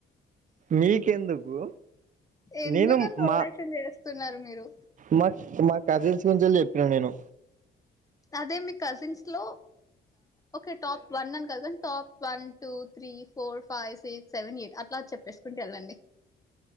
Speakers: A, on the right; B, on the left.
A: మీకెందుకు
B: ఎందుకంత
A: నేను మా
B: ఓవరాక్షన్ చేస్తున్నారు మీరు
A: మ మ కజిన్స్ గురించెలి చెప్పిన నేను
B: అదే మీ కజిన్స్ లో ఓక టాప్ వన్ అని cousin top one two three four five six seven eight అట్లా చెప్పేసుకుంటు వెళ్ళండి